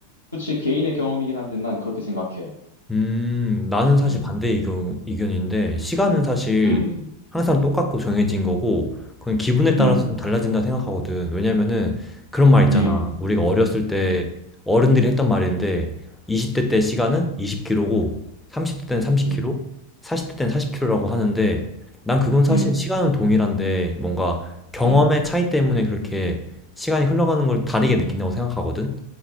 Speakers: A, on the left; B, in the centre.
A: 그치, 개인의 경험이긴 한데 난 그렇게 생각해.
B: 음, 나는 사실
A: 음,
B: 반대 의견, 의견인데, 시간은 사실
A: 음,
B: 항상 똑같고 정해진 거고, 그건 기분에 따라서
A: 음,
B: 좀 달라진다 생각하거든. 왜냐면은 그런 말 있잖아.
A: 음,
B: 우리가 어렸을 때
A: 음,
B: 어른들이 했던 말인데, 20대 때 시간은
A: 음,
B: 20km고, 30대 때는 30km,
A: 음,
B: 40대 때는 40km라고
A: 음,
B: 하는데, 난 그건 사실
A: 음,
B: 시간은 동일한데, 뭔가 경험의
A: 음.
B: 차이 때문에 그렇게 시간이 흘러가는 걸 다르게 느낀다고 생각하거든.